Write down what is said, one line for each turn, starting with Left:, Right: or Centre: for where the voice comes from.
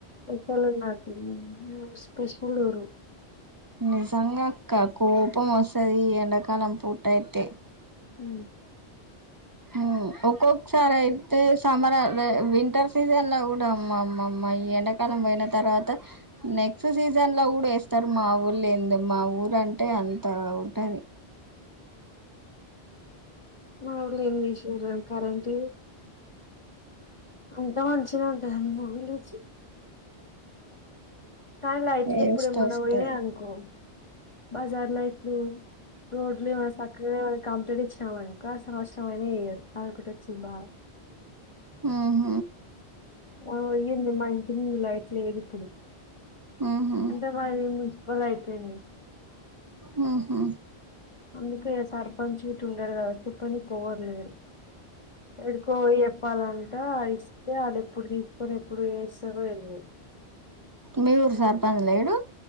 Left: స్పెషల్ ఉంటూ స్పెషల్ ఊరు.
Right: నిజంగా అక్క కోపం వస్తది ఈ ఎండాకాలం పూటయితే.
Left: ఊ
Right: ఊ ఒక్కొక్కసారి అయితే సమ్మర్, వింటర్ సీజన్ లో కూడా. టమ్మమ్మా అమ్మ అయ్యా ఈ ఎండక్ కాలం పోయిన తర్వాత నెక్స్ట్ సీజన్ లో గూడ వేస్తారు మా ఊల్లె ఏందో మా ఊరు అంటే. అంత ఉంటది..
Left: మావుల్లె ఏం చేసిర్రా కరెంటేది అంత మంచినే ఉంట మ లేచ.. కానీ లైట్లు
Right: టేస్ట్
Left: ఇప్పుడ మన
Right: వస్తది
Left: పోయినే అనుకో బజార్లైట్లు. రోడ్లేమో సక్కగా. కంప్లీట్ ఇచ్చినామనుకో సంవత్సరం అయినా వెయ్యరు అదొక్కటి వచ్చింది బాధ
Right: ఉ హు
Left: ఓ అయ్యింది మా ఇంటి ముందు లైట్ లేదు ఇప్పుడు
Right: ఉహు
Left: అంటే మాది. మున్స్ పలయిపోయింది.
Right: ఉ హు
Left: అందుకే సర్పంచ్ ఇట్ ఉండడు కదా చుక్కని కోవరులేరు ఎడుకో ఎప్పాలంట ఆ ఇస్తే అది ఎప్పుడు తీ ఎప్పుడు ఎప్పుడు ఏస్తారు ఏందో
Right: మీ ఊరు సర్పంచ్ లేడు.